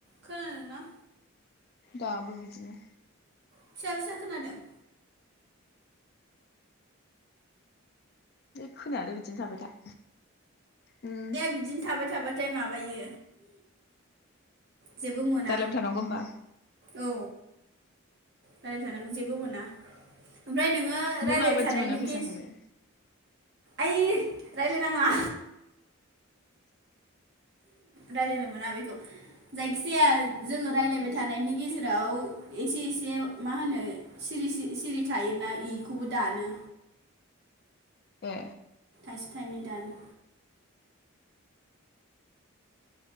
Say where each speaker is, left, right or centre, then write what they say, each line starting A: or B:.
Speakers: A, on the right; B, on the left.
A: खोनादोंना?
B: दाबो बिदिनो
A: फिसा फिसा खोनादों।
B: बे खोनायालाय बिदिनो थाबाय था उम
A: दे बिदिनो थाबाय थाबा थाय माबायो! जेबो मोना
B: दालायबाय थानांगौ होमबा
A: औ। रायलायबाय थानांगौ जेबो मोना। ओमफ्राय नोङो
B: ओमफ्राय
A: रायज्लायबाय
B: माबायदि
A: थानायनि
B: मोनो फैसाखौलाय
A: गे आयै रायलायनाङा। रायज्लायनो मोना बेखौ जायखिजाया जोङो रायज्लायबाय
B: बिदि
A: थानायनि गेजेराव एसे एसे मा होनो सिरि सिरि थायोना इखौबो दानो।
B: ए।
A: थाइसे थाइनै दानो।